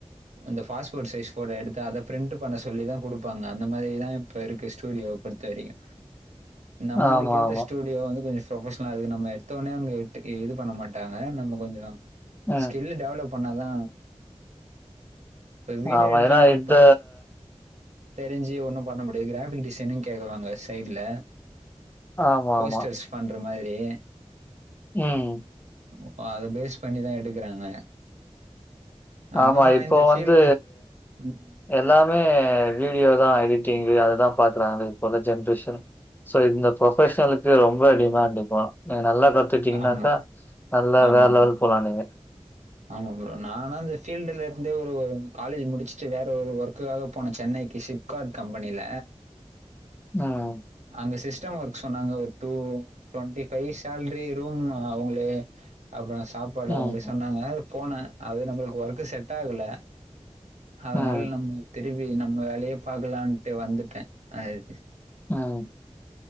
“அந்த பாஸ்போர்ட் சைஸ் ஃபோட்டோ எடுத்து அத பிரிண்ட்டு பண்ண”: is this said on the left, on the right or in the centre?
Right